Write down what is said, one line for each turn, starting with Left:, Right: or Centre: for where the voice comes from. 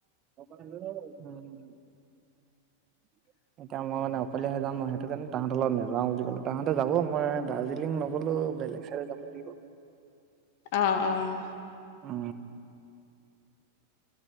Right: উম
Left: <inaudible>
Right: এতিয়া মই মানে অকলীয়া হৈ যাম মই সেইটো কাৰণে তাহাঁতৰ লগত নাযাও বুলি ক'লো তাহঁতে যাব মই দাৰ্জিলিং নগলো বেলেগ চাইডে যাব লাগিব
Left: অহ অহ
Right: অ